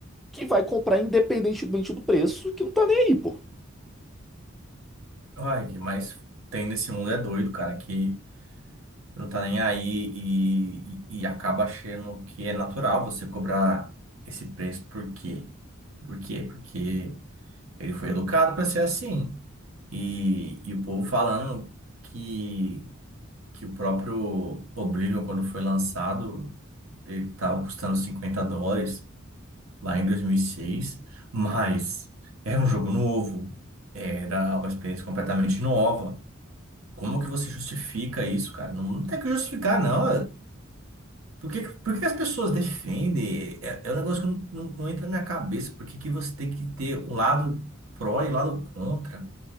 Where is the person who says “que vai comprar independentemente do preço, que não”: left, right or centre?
Centre